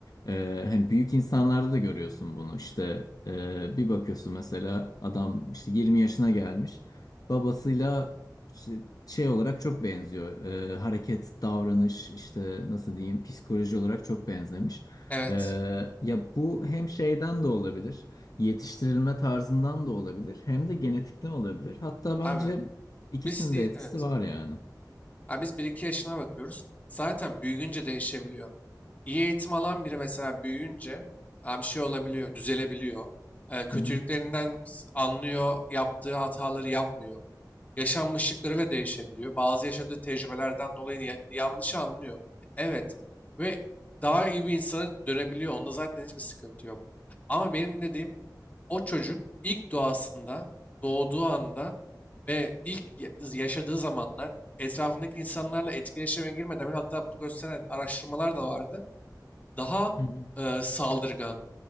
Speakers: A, on the left; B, on the left.
A: Ee, hani büyük insanlarda da görüyorsun bunu işte e, bir bakıyorsun mesela adam işte 20 yaşına gelmiş babasıyla işte şey olarak çok benziyor. Ee, hareket, davranış, işte nasıl diyeyim, psikoloji olarak çok benzemiş.
B: Evet.
A: Ee, ya bu hem şeyden de olabilir, yetiştirilme tarzından da olabilir, hem de genetikten olabilir. Hatta bence
B: Abi
A: ikisinin
B: biz evet.
A: de etkisi var yani.
B: Ha, biz bir iki yaşına bakıyoruz. Zaten büyüyünce değişebiliyor. İyi eğitim alan biri mesela büyüyünce ha, bir şey olabiliyor, düzelebiliyor. Ee, kötülüklerinden
A: Hı hı,
B: s- anlıyor, yaptığı hataları yapmıyor. Yaşanmışlıklarıyla değişebiliyor. Bazı yaşadığı tecrübelerden dolayı ya- yanlış anlıyor. Evet ve daha iyi bir insana dönebiliyor. Onda zaten hiçbir sıkıntı yok. Ama benim dediğim o çocuk ilk doğasında, doğduğu anda ve ilk ya- yaşadığı zamanlar etrafındaki insanlarla etkileşime girmeden bile hatta bunu gösteren araştırmalar da vardı. Daha
A: hı hı,
B: e, saldırgan